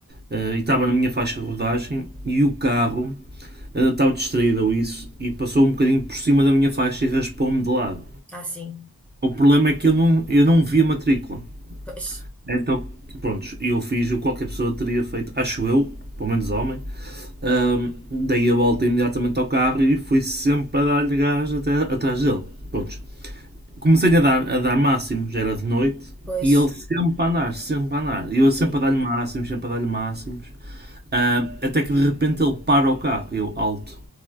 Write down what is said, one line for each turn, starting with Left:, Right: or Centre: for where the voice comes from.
Right: eh, e estava na minha faixa de rodagem e o carro eh, estava distraído ou isso e passou um bocadinho por cima da minha faixa e raspou-me de lado.
Centre: Ah, sim.
Right: O problema é que eu não, eu não vi a matrícula.
Centre: Pois,
Right: Então, pronto, eu fiz o que qualquer pessoa teria feito, acho eu, pelo menos homem. Ahm, dei a volta imediatamente ao carro e fui sempre a dar-lhe gás até, atrás dele. Pronto. Comecei a dar, a dar máximo, já era de noite,
Centre: pois.
Right: e ele sempre a andar, sempre a andar. E eu sempre
Centre: sim.
Right: a dar-lhe máximos, sempre a dar-lhe máximos. Ahm, até que de repente ele para o carro, eu alto.